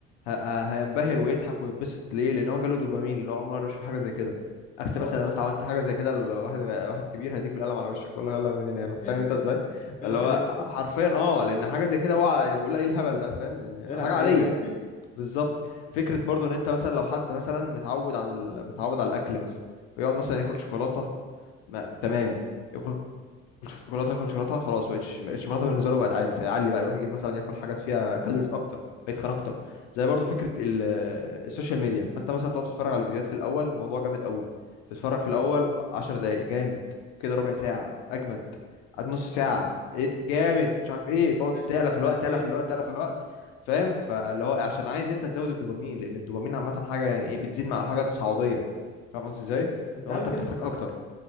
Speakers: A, on the left; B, on the left.
A: ه- ه- هينبهر ويضحك ويتبسط ليه لان هو جاله دوبامين لان هو اول مره يشوف حاجه زي كده عكس
B: اه
A: مثلا
B: بالظبط
A: لو انت عملت حاجه زي كده لواحد غ- واحد كبير هيديك بالقلم على وشك يقول لك يلا من هنا يلا
B: <laughs>
A: فاهم انت ازاي
B: يلا
A: اللي هو
B: يا حبيبي
A: حرفيا اه لان حاجه زي كده هو بيقول ايه الهبل ده فاهم إن
B: العب
A: حاجه
B: بعيد
A: عاديه
B: يا ابني
A: بالظبط فكره برضو ان انت مثلا لو حد مثلا متعود عن ال... متعود على الاكل مثلا ويقعد مثلا ياكل شوكولاته ما... تمام ياكل شوكولاته ياكل شوكولاته خلاص بقتش بقت الشوكولاته بالنسبه له بقت عادي فيعلي بقى يروح يجيب مثلا ياكل حاجات فيها كالوريز اكتر فيتخن اكتر زي برضو فكره ال- السوشيال ميديا فانت مثلا تقعد تتفرج على الفيديوهات في الاول الموضوع جامد قوي تتفرج في الاول 10 دقائق جامد كده ربع ساعه اجمد قعد نص ساعه ايه ده؟ جامد مش عارف ايه
B: <laughs>
A: تقعد
B: تلاقي نفسك
A: تعلى
B: قاعد
A: في
B: ساعتين
A: الوقت تعلى في الوقت
B: ومش
A: تعلى
B: عارف
A: في الوقت
B: إيه.
A: فاهم فاللي هو عشان عايز انت تزود الدوبامين لان الدوبامين عامه حاجه يعني ايه بتزيد مع الحاجه تصاعديه فاهم قصدي ازاي
B: انت
A: لو
B: عارف
A: انت
B: بجد
A: بتحتاج اكتر